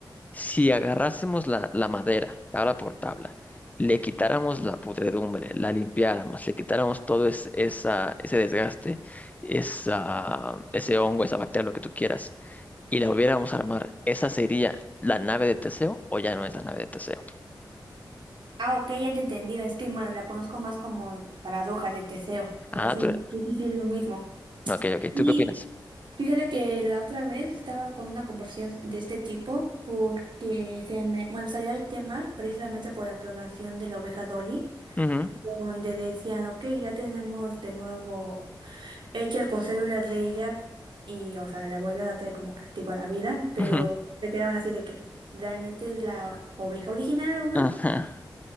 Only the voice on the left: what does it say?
si agarrásemos la, la madera, tabla por tabla, le quitáramos la pudredumbre, la limpiáramos, le quitáramos todo ese, esa, ese desgaste, esa, ese hongo, esa bacteria, lo que tú quieras y la volviéramos a armar, ¿esa sería la nave de Teseo o ya no es la nave de Teseo?
Ah,
tú...
no, Ok, ok.
¿Tú qué opinas?
Ujú,
ujú,
<laughs> Ajá,